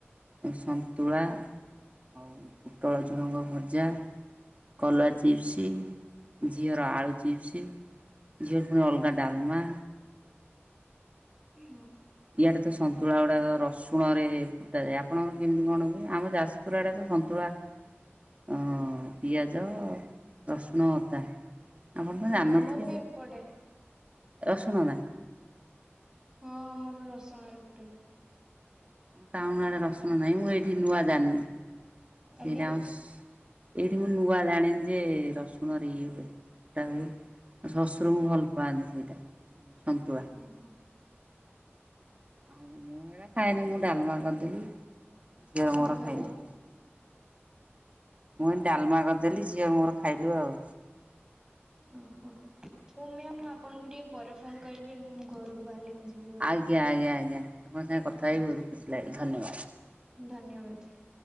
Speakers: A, on the right; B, on the right.
A: ସନ୍ତୁଳା ଆଉ ପୋଟଳ ଝୁଡ଼ଙ୍ଗ ଭଜା। କଲରା ଚିପ୍ସ, ଝିଅର ଆଳୁ ଚିପ୍ସ। ଝିଅର ପୁଣି ଅଲଗା ଡାଲମା।
B: ନା।
A: ଇଆଡେ ତ ସନ୍ତୁଳା ଗୁଡ଼ାକ ରସୁଣରେ ଫୁଟାଯାଏ। ଆପଣଙ୍କର କେମିତି କଣ ହୁଏ? ଆମ ଯାଜପୁର ଆଡ଼େ ତ ସନ୍ତୁଳା ଅଁ, ପିଆଜ, ରସୁଣ, ଅଦା। ଆପଣ ତ
B: ହୁଁ
A: ଜାଣିନଥିବେ।
B: ଆମର ବି ଏପଟେ
A: ରସୁଣ ନା?
B: ହଁ ଆମର ରସୁଣରେ ଫୁଟାଯାଏ।
A: ଟାଉନ୍ ଆଡେ ରସୁଣ ନାହିଁ। ମୁଁ ଏଇଠି ନୂଆ ଜାଣିନି। ସେଇଟା
B: ଆଜ୍ଞା।
A: ଆମ ଏଇଠି ମୁଁ ନୂଆ ଜାଣିନି ଯେ ରସୁଣରେ ଇଏ ହୁଏ ଫୁଟା ହୁଏ। ଆଉ ଶଶୁରଙ୍କୁ ଭଲ ପାଆନ୍ତି ସେଇଟା ଏଇ ସନ୍ତୁଳା।
B: ଓ ହୋ।
A: ଆଉ ମୁଁ ହେରା ଖାଏନି। ମୁଁ ଡାଲମା କରିଦେଲି ଝିଅର
B: କଣ
A: ମୋର
B: କହିଲେ?
A: ଖାଇଲୁ। ମୁଁ ଏଇ ଡାଲମା କରିଦେଲି ଝିଅ ମୋର ଖାଇଲୁ ଆଉ।
B: ଓହୋ, ହଉ ମ୍ୟାମ୍ ମୁଁ ଆପଣଙ୍କୁ ଟିକେ ପରେ ଫୋନ୍ କରିବି। ଏବେ ମୁଁ ଘରକୁ ବାହାରିଲିଣି ଯି
A: ଆଜ୍ଞା, ଆଜ୍ଞା, ଆଜ୍ଞା ଆପଣଙ୍କ ସାଙ୍ଗେ କଥା
B: ଆଜ୍ଞା।
A: ହେଇକି ବହୁତ ଖୁସି ଲାଗିଲା ଧନ୍ୟବାଦ।
B: ଧନ୍ୟବାଦ।